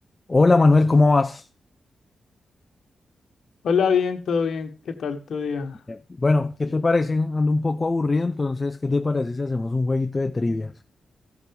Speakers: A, on the left; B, on the left.
A: Hola Manuel, ¿cómo vas?
B: Hola, bien, todo bien. ¿Qué tal tu día?
A: Bien. Bueno, ¿qué te parece? Ando un poco aburrido, entonces, ¿qué te parece si hacemos un jueguito de trivias?